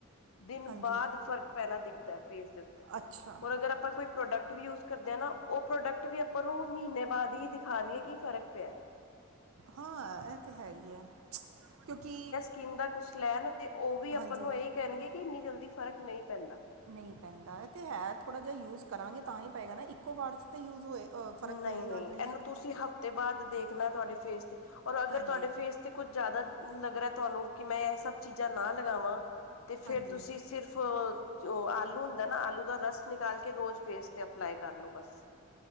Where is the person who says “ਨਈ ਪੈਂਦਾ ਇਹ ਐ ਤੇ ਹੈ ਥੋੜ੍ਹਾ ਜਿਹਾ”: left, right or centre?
Right